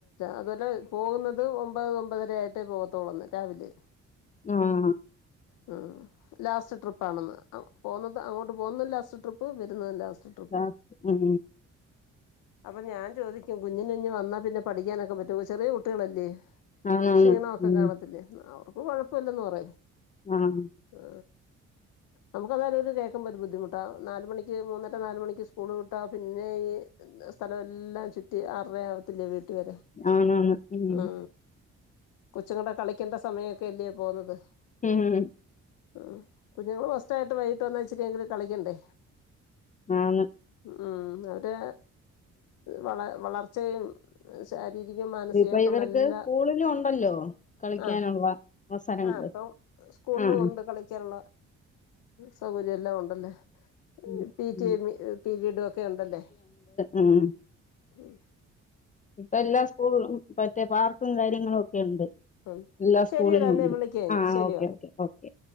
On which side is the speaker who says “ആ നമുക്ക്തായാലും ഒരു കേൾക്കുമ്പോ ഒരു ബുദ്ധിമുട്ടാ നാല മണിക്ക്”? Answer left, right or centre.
Left